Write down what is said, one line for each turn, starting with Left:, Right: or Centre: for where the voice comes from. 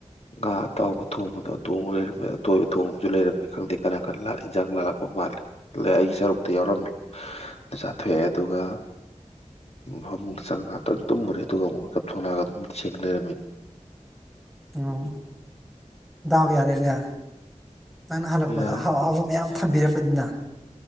Left: ꯉꯥ ꯑꯇꯥꯎꯕ ꯊꯣꯡꯕꯗꯣ ꯑꯗꯨ ꯑꯃ ꯂꯩꯔꯝꯃꯦ ꯑꯇꯣꯏꯕ ꯊꯣꯡꯕꯁꯨ ꯂꯩꯔꯝꯃꯦ ꯈꯪꯗꯦ ꯀꯅꯥ ꯀꯅꯥ ꯏꯟꯖꯥꯡ ꯂꯥꯜꯂꯛꯄ ꯃꯥꯜꯂꯦ ꯂꯦ ꯑꯩꯒꯤ ꯁꯔꯨꯛꯇ ꯌꯥꯎꯔꯝꯃꯦ ꯑꯗꯨ ꯆꯥꯊꯣꯛꯑꯦ ꯑꯗꯨꯒ ꯐꯃꯨꯡꯗ ꯆꯪꯉ ꯉꯥꯛꯇꯪ ꯇꯨꯝꯃꯨꯔꯦ ꯑꯗꯨꯒ ꯑꯃꯨꯛ ꯃꯤꯀꯞ ꯊꯣꯛꯂꯛꯑꯒ ꯑꯗꯨꯝ ꯃꯤꯠ ꯁꯤꯡ ꯂꯩꯔꯝꯃꯦ
Centre: ꯎꯝ ꯗꯥꯎ ꯌꯥꯔꯦꯅꯦ ꯅꯪꯅ ꯍꯜꯂꯛꯄꯗ
Left: ꯌꯥꯔꯦ
Centre: ꯑꯍꯥꯎ ꯑꯍꯥꯎꯕ ꯃꯌꯥꯝ ꯊꯝꯕꯤꯔꯝꯕꯅꯤꯅ